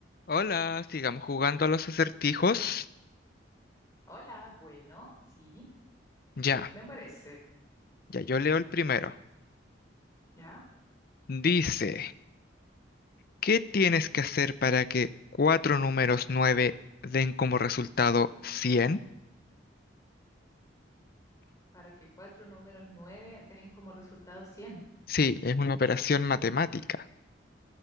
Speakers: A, on the left; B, on the left.
A: Hola, sigamos jugando a los acertijos.
B: Hola, bueno, sí,
A: Ya,
B: me parece,
A: ya yo leo el primero.
B: ¿ya?
A: Dice, ¿qué tienes que hacer para que cuatro números nueve den como resultado 100?
B: Para que cuatro números nueve den como resultado 100.
A: Sí, es una operación matemática.